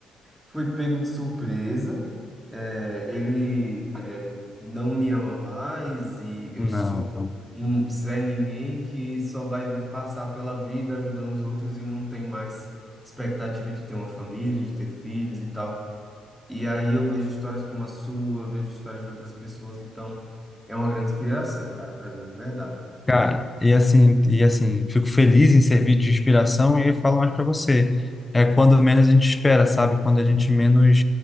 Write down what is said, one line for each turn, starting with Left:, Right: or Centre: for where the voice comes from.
Centre: foi pego de surpresa. É, ele não me ama mais e eu
Left: Não.
Centre: sou um Zé Ninguém que só vai passar pela vida ajudando os outros e não tem mais expectativa de ter uma família, de ter filhos e tal. E aí eu vejo histórias como a sua, vejo histórias de outras pessoas, então é uma grande inspiração, cara, para mim, de verdade.
Left: Cara, e assim, e assim, fico feliz em servir de inspiração e falo mais para você. É quando menos a gente espera, sabe? Quando a gente menos